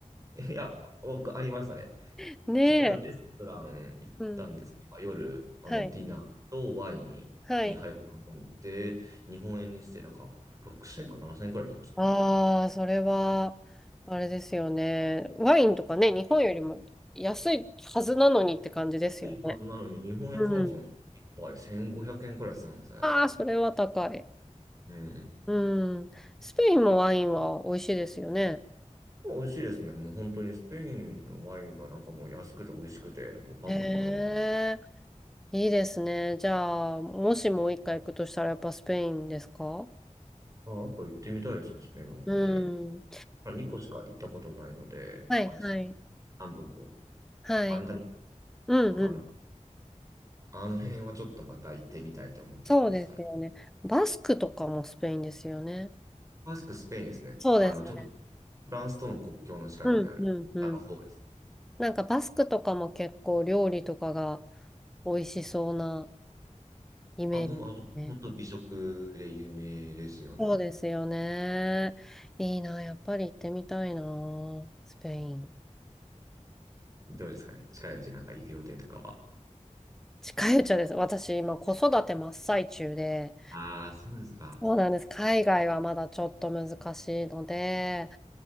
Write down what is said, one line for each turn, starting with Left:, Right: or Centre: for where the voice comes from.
Right: いや、僕ありましたね。
Centre: <laughs> ねえ。
Right: ちょうどレストラン行ったんですけど、
Centre: うん。
Right: まあ夜、あの、
Centre: はい。
Right: ディナーとワイン2杯ほど飲んで、
Centre: はい。
Right: 日本円にしてなんか6000か7000円くらい行きましたかね。
Centre: ああ、それは、あれですよね。ワインとかね、日本よりも安いはずなのにって感じですよね。
Right: 安いはずなのに、日本円換算一杯1500円くえんくらいするんですね。
Centre: うんああ、それは高い。
Right: うん。
Centre: うん。スペインもワインは美味しいですよね。
Right: 美味しいですね。もう本当にスペインのワインがなんかもう安くて美味しくて、もうバンバン頼む。
Centre: へえ、いいですね。じゃあ、もしもう一回行くとしたらやっぱスペインですか
Right: あ、あと行ってみたいですね、スペインはもう本当に。
Centre: うん。
Right: まあ、2個しか行ったことないので、
Centre: はいはい。
Right: あのスペイン南部の方、
Centre: はい。
Right: アンダリ
Centre: うんうん。
Right: とかあの、あの辺はちょっとまた行ってみたいと思うところですかね。
Centre: そうですよね。バスクとかもスペインですよね。
Right: バスク、スペインですね。
Centre: そうですよね。
Right: あの、ちょ、フランスとの国境の近くにある、
Centre: うんうんうん。
Right: あの方ですね。
Centre: なんかバスクとかも結構料理とかが美味しそうなイメージね。
Right: あ、もう、あと、本当美食で有名ですよね。
Centre: そうですよね。いいな、やっぱり行ってみたいな、スペイン。
Right: どうですかね。近いうちなんか行く予定とかは。
Centre: 近いうちはです。私、今、子育て真っ最中で、
Right: ああ、そうですか。
Centre: そうなんです。海外はまだちょっと難しいので、